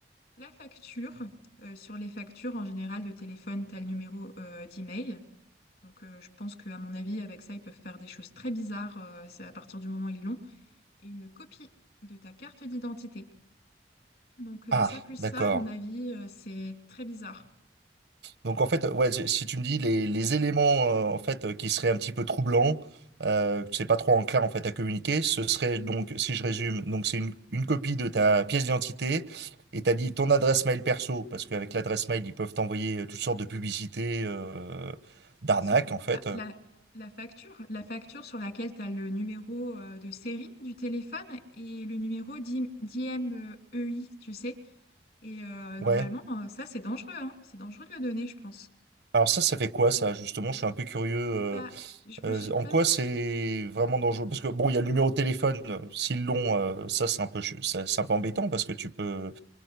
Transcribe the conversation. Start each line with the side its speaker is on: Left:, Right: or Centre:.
Left: La facture, euh, sur les factures en général de téléphone, t'as le numéro euh, d'email. Donc euh, je pense qu'à mon avis, avec ça, ils peuvent faire des choses très bizarres. euh, c'est à partir du moment où ils l'ont. Et une copie de ta carte d'identité. Donc euh,
Right: Ah,
Left: ça plus
Right: d'accord.
Left: ça, à mon avis, euh, c'est très bizarre.
Right: Donc en fait, ouais, si si tu me dis les, les éléments euh, en fait euh, qui seraient un petit peu troublants, euh, que c'est pas trop en clair en fait à communiquer, ce serait donc, si je résume, donc c'est une, une copie de ta pièce d'identité et t'as dit ton adresse mail perso parce qu'avec l'adresse mail ils peuvent t'envoyer euh, toutes sortes de publicités euh, d'arnaques
Left: Et surtout,
Right: en fait.
Left: la, la- la facture, la facture sur laquelle tu as le numéro euh, de série du téléphone et le numéro d'I- d'IMEI, tu sais. Et euh, normalement,
Right: Ouais.
Left: euh, ça, c'est dangereux, hein. C'est dangereux de le donner, je pense.
Right: Alors ça, ça fait quoi ça justement? Je suis un peu curieux. euh,
Left: Bah, je
Right: euh,
Left: me suis
Right: en
Left: pas
Right: quoi c'est
Left: trop...
Right: vraiment dangereux? Parce que bon, il y a le numéro de téléphone. euh, S'ils l'ont, euh, ça c'est un peu, ch- ça, c'est un peu embêtant parce que tu peux.